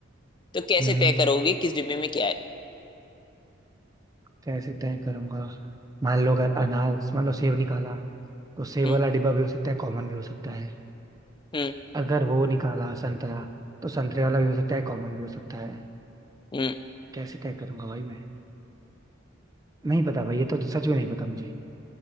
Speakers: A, on the left (about 25°); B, on the right (about 20°).
A: तो कैसे
B: हम्म
A: तय करोगे किस डिब्बे में क्या है
B: कैसे तय करूंगा मान लो अगर अनार मान लो सेब निकाला तो सेब
A: हम्म
B: वाला डिब्बा भी हो सकता है कॉमन भी हो सकता है
A: हम्म
B: अगर वो निकाला संतरा तो संतरे वाला भी हो सकता है कॉमन भी हो सकता है
A: हम्म
B: कैसे तय करूंगा भाई मैं नहीं पता भाई ये तो सच में नहीं पता मुझे